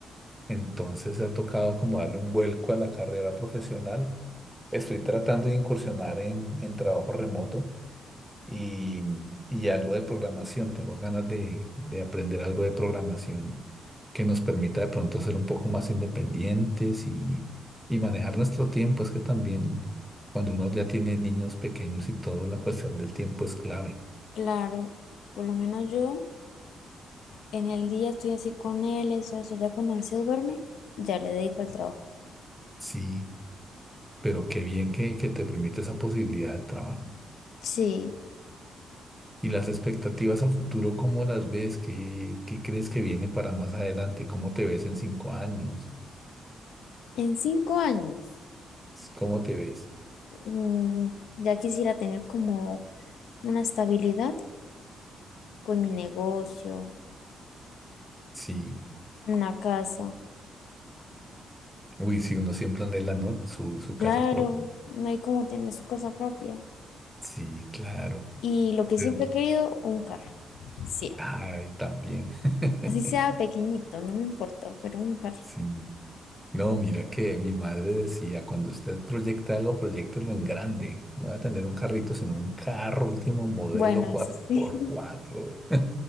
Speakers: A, in the centre; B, on the left.
A: Entonces, se ha tocado como darle un vuelco a la carrera profesional Estoy tratando de incursionar en, en trabajo remoto y, y algo de programación. Tengo ganas de, de aprender algo de programación que nos permita de pronto ser un poco más independientes y, y manejar nuestro tiempo. Es que también cuando uno ya tiene niños pequeños y todo, la cuestión del tiempo es clave.
B: claro. Por lo menos yo. En el día estoy así con él, eso, eso. Ya cuando él se duerme, ya le dedico el trabajo.
A: Sí, pero qué bien que, que te permite esa posibilidad de trabajo.
B: Sí,
A: ¿Y las expectativas a futuro, cómo las ves? ¿Qué, qué crees que viene para más adelante? ¿Cómo te ves en cinco años?
B: en cinco años,
A: ¿Cómo te ves?
B: mm, ya quisiera tener como una estabilidad con mi negocio,
A: Sí.
B: una casa.
A: Uy, si uno siempre anhela, ¿no? Su, su
B: Claro,
A: casa propia.
B: no hay como tener su casa propia.
A: Sí, claro.
B: Y lo que siempre
A: Eh,
B: he querido, un carro. Sí,
A: Ay, también. <laughs>
B: así sea pequeñito, no me importa, pero un carro.
A: Sí. No, mira que mi madre decía, cuando usted proyecta algo, proyectelo en grande. No va a tener un carrito, sino un carro último modelo
B: Bueno,
A: cuatro
B: eso sí,
A: por cuatro.